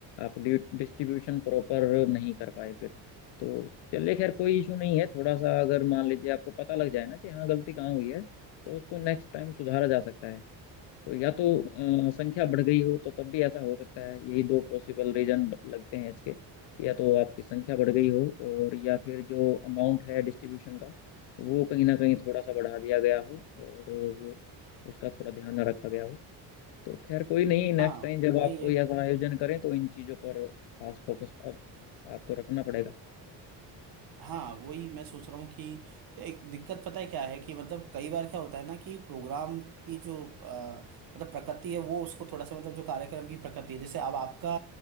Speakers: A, on the left; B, on the right.
A: आप डिस्ट्रीब्यूशन प्रॉपर नहीं कर पाए फिर तो चलिए खैर कोई इशू नहीं है थोड़ा सा अगर मान लीजिए आपको पता लग जाए ना कि हाँ गलती कहाँ हुई है तो उसको नेक्स्ट टाइम सुधारा जा सकता है तो या तो अ, संख्या बढ़ गई हो तो तब भी ऐसा हो सकता है यही दो पॉसिबल रीजन लगते हैं इसके या तो आपकी संख्या बढ़ गई हो और या फिर जो अमाउंट है डिस्ट्रीब्यूशन का वो कहीं ना कहीं थोड़ा सा बढ़ा दिया गया हो और वो उसका थोड़ा ध्यान ना रखा गया हो तो खैर कोई नहीं नेक्स्ट
B: हाँ
A: टाइम जब
B: वही
A: आप कोई
B: है
A: ऐसा आयोजन करें तो इन चीज़ों पर खास फोकस अब आपको रखना पड़ेगा
B: हाँ वही मैं सोच रहा हूँ कि एक दिक्कत पता है क्या है कि मतलब कई बार क्या होता है ना कि प्रोग्राम की जो अ, मतलब प्रकृति है वो उसको थोड़ा सा मतलब जो कार्यक्रम की प्रकृति है जैसे अब आपका